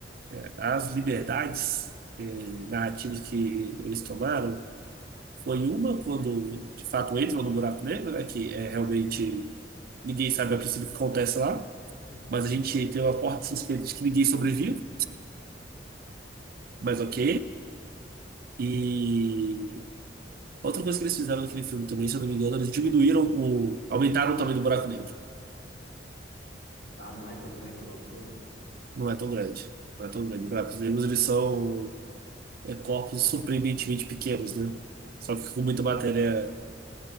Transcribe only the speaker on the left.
uhum.
É,
Ah, não é tão grande igual no filme?